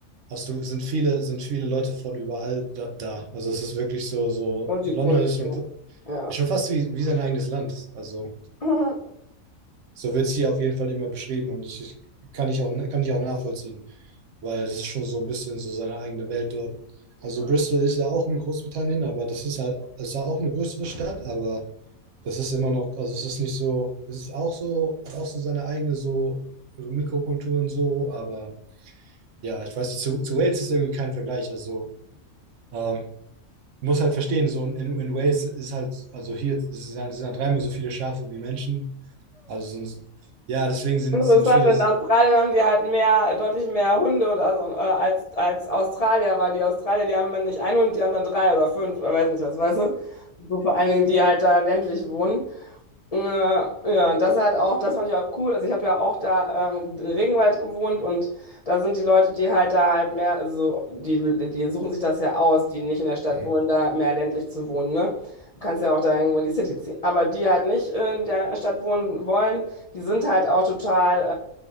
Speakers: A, on the right; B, on the left.
A: hast du, sind viele, sind viele Leute von überall da, da. Also es ist wirklich so, so,
B: Multikulti?
A: London ist schon, ist
B: Ja.
A: schon fast wie, wie sein eigenes Land. Also
B: <laughs>
A: so wird es hier auf jeden Fall immer beschrieben und ich, ich kann ich auch, kann ich auch nachvollziehen. weil es ist schon so ein bisschen so seine eigene Welt dort. Also Bristol ist ja auch in Großbritannien, aber das ist halt, es ist ja auch eine größere Stadt, aber das ist immer noch, also es ist nicht so, es ist auch so, hat auch so seine eigene so, so Mikrokultur und so, aber ja, ich weiß nicht, zu, zu Wales ist irgendwie kein Vergleich, also ähm, muss halt verstehen, so in, in Wales ist halt, also hier ist- sind halt, sind halt dreimal so viele Schafe wie Menschen, also sind, ja, deswegen sind,
B: Mhm. Interessant,
A: sind viele,
B: in Australien haben die halt mehr, deutlich mehr Hunde und also, äh, als, als Australier, weil die Australier, die haben dann nicht einen Hund, die haben dann drei oder fünf oder weiß nicht was, weißt du? So vor allen Dingen, die halt da ländlich wohnen. Ja, ja, das halt auch, das fand ich auch cool. Also ich habe ja auch da ähm, im Regenwald gewohnt und da sind die Leute, die halt da halt mehr, also die, die suchen sich das ja aus, die nicht in der Stadt
A: Mhm.
B: wohnen, da mehr ländlich zu wohnen, ne? Du kannst ja auch da irgendwo in die City ziehen. Aber die halt nicht in der Stadt wohnen wollen, die sind halt auch total,